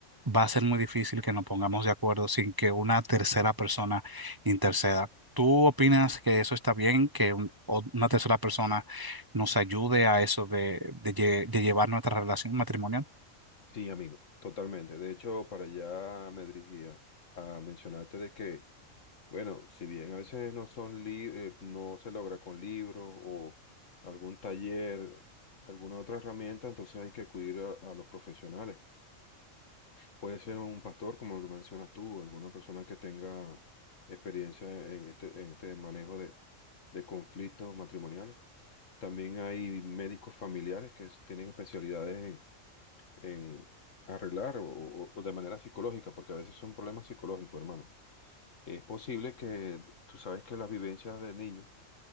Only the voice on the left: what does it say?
Sí, amigo, totalmente. De hecho, para allá me dirigía a mencionarte de que, bueno, si bien a veces no son li- eh, no se logra con libros o algún taller, alguna otra herramienta, entonces hay que acudir a a los profesionales. Puede ser un pastor, como lo mencionas tú, alguna persona que tenga experiencia en este, en este manejo de, de conflictos matrimoniales. También hay médicos familiares que s- tienen especialidades en, en arreglar o, o- o de manera psicológica, porque a veces son problemas psicológicos, hermano. Es posible que tú sabes que las vivencias de niños